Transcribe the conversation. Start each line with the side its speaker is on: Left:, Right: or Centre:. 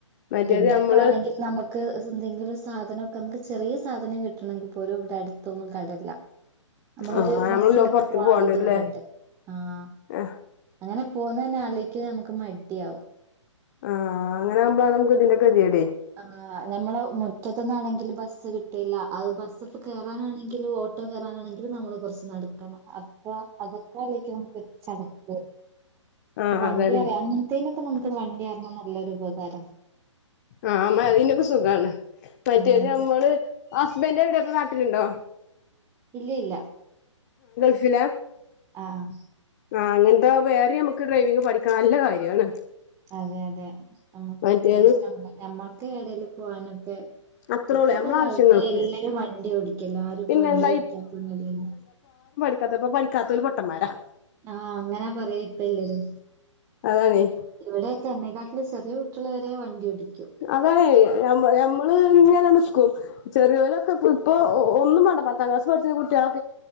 Left: മറ്റേത്
Right: ഇവിടെക്കെ
Left: നമ്മള്
Right: ആണെങ്കി നമു ക്ക് എന്തെങ്കിലും സാധന ഒക്കെ നമുക്ക് ചെറിയ സാധനം കിട്ടണെങ്കിൽ പോലും ഇവിടെ അടുത്തൊന്നും കടഇല്ല നമ്മളൊരു
Left: ആഹ്
Right: ബസിലൊക്കെ
Left: നമ്മള് പൊറത്തേക്ക്
Right: പോവാഉള്ള
Left: പോകണ്ടല്ലേ
Right: ദൂരട്ട് ആഹ്
Left: ആഹ്
Right: അങ്ങനെ പോന്നനെ അലോയിക്ക് നമുക്ക് മടിയവും
Left: ആഹ് അങ്ങനെ ആക്പഴാണ് നമുക്ക് ഇതിന്റെ ഗതികേട്
Right: ആഹ നമ്മുടെ മുറ്റത്തുന്നാണെങ്കിൽ ബസ്സ് കിട്ടയില്ല അത് ബസ്സിപ്പ കേറാനാണെങ്കിലും ഓട്ടോ കേറാനാണെങ്കിലും നമ്മള് കുറച്ച് നടക്കണം അപ്പം അതൊക്കെ ആലോചിക്കുമ്പോ നമുക്കൊരു സങ്കടം വരും അപ്പൊ
Left: ആഹ്
Right: വണ്ടി
Left: അതാണ്
Right: അറിയ അങ്ങനത്തേനൊക്കെ നമുക്ക് വണ്ടി അറഞ്ഞാ നല്ലൊരുപകാരം
Left: ആഹ് അമ്മ അതിനൊക്കെ സുഖാണ് മറ്റേത്
Right: ആഹ് ഇപ്പൊ
Left: നമ്മള് ഹസ്ന്റ്‌ എവിടെയൊക്കെ ക്കെയുണ്ടോ
Right: ഇല്ല ഇല്ല
Left: രുവില്ല
Right: ആഹ് ആഹ്
Left: ആഹ് അങ്ങനത്തെ വേറെ മുക്ക് ഡ്രൈവിംഗ് പഠിക്ക നല്ല കാര്യാണ്
Right: അതെ അതെ നമ്മുക്ക്
Left: മറ്റേത്
Right: അത്യാവശ്യം നമ്മളെ ഞമ്മൾക്ക് എടേലും പോകാനൊക്കെ
Left: അത്രേ
Right: ഇപ്പത്തെ
Left: ഉള്ളൂ നമ്മളെ
Right: കാലത്ത്
Left: ആവശ്യങ്ങൾക്ക്
Right: എല്ലാരും വണ്ടി ഓടിക്കല്ലോ ആരും ഇപ്പോ
Left: പിന്നെന്താ
Right: വണ്ടി പഠിക്കാത്തോരൊന്നും ഇല്ലല്ലോ
Left: ഇക്കാത്തപ്പം പിഠിക്കാത്തൊര് പൊട്ടമാരാ
Right: ആഹ് അങ്ങനാ പറയാ ഇപ്പ എല്ലാരും
Left: അതാണേ
Right: ഇവിടെയൊക്കെ എന്നേകാ ലും ചെറിയ കുട്ടികള് വരെ വണ്ടിയോടിക്കും
Left: അതാണ് <unintelligible> ഞമ്മ ഞമ്മള് ഇങ്ങനെ നിൽക്കും ചെറിയോരൊക്കെ ഇപ്പ ഇപ്പൊ ഒ ഒന്നും വേണ്ട പത്താം ക്ലാസ് പഠിച്ച കുട്ടികളൊ